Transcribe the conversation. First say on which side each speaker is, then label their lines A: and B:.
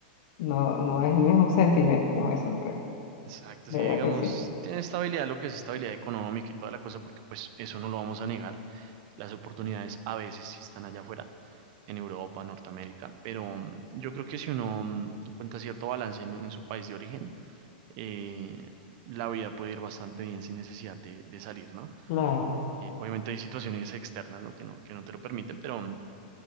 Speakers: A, on the left (about 55°); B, on the right (about 45°).
A: No, no es el mismo sentimiento, como dicen por ahí.
B: Exacto,
A: De
B: sí,
A: verdad
B: digamos,
A: que sí.
B: tiene estabilidad lo que es estabilidad económica y toda la cosa, porque pues eso no lo vamos a negar. Las oportunidades a veces sí están allá afuera, en Europa, Norteamérica, pero mm, yo creo que si uno mm, encuentra cierto balance en, en su país de origen, eh, la vida puede ir bastante bien sin necesidad de, de salir, ¿no?
A: Claro.
B: Eh, obviamente hay situaciones externas, ¿no? Que no, que no te lo permiten, pero mm,